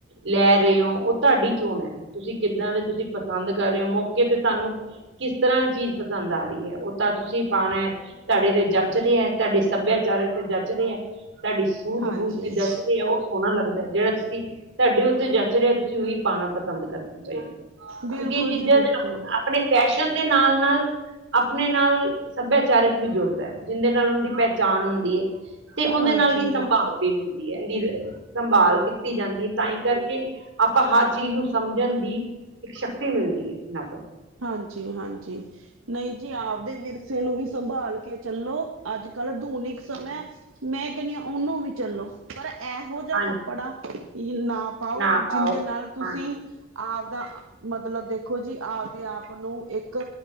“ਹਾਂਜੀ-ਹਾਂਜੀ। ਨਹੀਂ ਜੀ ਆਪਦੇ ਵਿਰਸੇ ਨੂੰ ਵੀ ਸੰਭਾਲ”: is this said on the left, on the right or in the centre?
Right